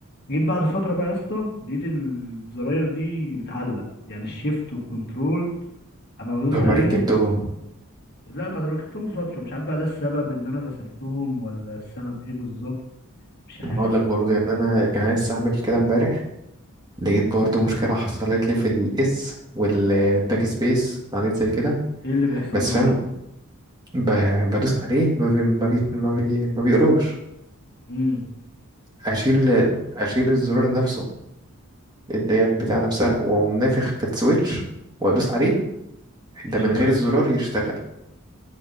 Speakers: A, on the left; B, on the right.
A: جيت بعد فتره بقى يا اسطى لقيت الزراير دي بتعلق يعني الشيفت والكنترول اما بدوس
B: لما
A: عليهم
B: ركبتهم
A: لا بعد ما ركبتهم بفتره مش عارف بقى ده السبب ان انا غسلتهم ولا السبب ايه بالظبط مش عارف
B: هقول لك برضه يعني انا يعني لسه عامل كده امبارح لقيت برضه مشكله حصلت لي في الاس والباك سبيس وحاجات زي كده
A: ايه اللي بيحصل
B: بس فاهم ب- بدوس عليه ما بي ما بي ما, بي ما بيقراش
A: امم
B: اشيل اشيل الزرار نفسه اللي هي بتاع نفسها واقوم نافخ في السويتش وادوس عليه ده
A: يشتغل
B: من غير الزرار يشتغل